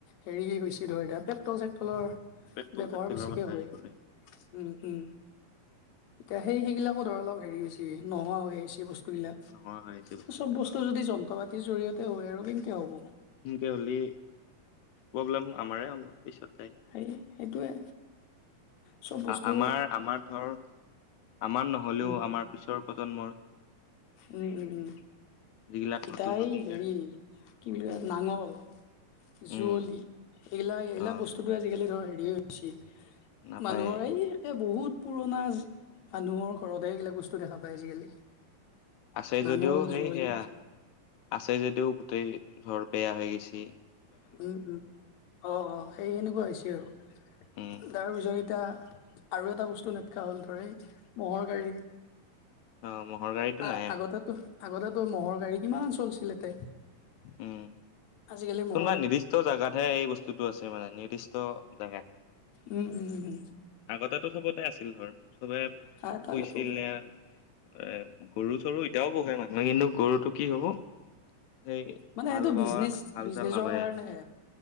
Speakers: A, on the left (about 65°); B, on the left (about 85°).
A: হেৰি কি গৈছে ধৰ এতিয়া পেক্ট'ল চেকট্ৰলৰ
B: পেট্ৰল
A: ব্যৱহাৰ
B: চেট্ৰলৰ
A: বেছিকে
B: কথা
A: হয়
B: আহি পৰে
A: উম উম। এতিয়া সেই সেই গিলাকো ধৰ অলপ হেৰি হৈছে নোহোৱা হৈ আহিছে। বস্তুবিলাক
B: নোহোৱা হৈ আহিছে বস্তুবিলাক
A: চব বস্তু
B: অ
A: যদি যন্ত্ৰ পাতিৰ জৰিয়তে হয় আৰু কেনেকে হ'ব।
B: সেনেকে হ'লে প্ৰব্লেম আমাৰে হ'ব পিছত তাই
A: সেই সেইটোৱে। চব বস্তু
B: আ আমাৰ আমাৰ ধৰ আমাৰ নহলেও
A: উম
B: আমাৰ পিছৰ প্ৰজন্মৰ
A: উম উম উম
B: যিগিলাক
A: ইটা
B: নতুন নতুনকে
A: এই হেৰি কি বুলি কয় নাঙল যুঁৱলি
B: উম
A: এইগিলা এইগিলা
B: অ
A: বস্তু- টোতো আজি-কালি ধৰ হেৰিয়ে হৈছে
B: নাপায়ে
A: মানুহৰ এই এতিয়া বহুত পুৰণা মানুহৰ ঘৰতহে এইগিলাক বস্তু দেখা পায় আজি-কালি।
B: আছে
A: নাঙল
B: যদিও সেই
A: যুঁৱলি
B: সেয়া আছে যদিও গোটেই ধৰ বেয়া হৈ গৈছে।
A: উম উম অ অ সেই সেনেকুৱা হৈছে আৰু
B: উম
A: তাৰ পিছত এতিয়া আৰু এটা বস্তু নেটকা হ'ল ধৰ এই ম'হৰ গাড়ী
B: অ ম'হৰ গাড়ীটো
A: আ
B: নাই
A: আগতে তো আগতে তো মহ'ৰ গাড়ী কিমান চলিছিল এতে
B: উম
A: আজি-কালি মহ
B: কোনোবা নিৰ্দিষ্ট জেগাতহে এই বস্তুটো আছে মানে নিৰ্দিষ্ট জাগাত।
A: উম উম উম
B: আগতেতো চবতে আছিল ধৰ চবে
A: আৰু তাকেতো
B: পুইছিলে এ গৰু চৰু এতিয়াও পোহে মানুহে কিন্তু গৰুটো কি হ'ব সেই
A: মানে
B: হাল
A: সেইটো
B: বাৱা
A: বিজনেছ
B: হাল
A: বিজনেচৰ
B: চাল নাবায়ে
A: কাৰণেহে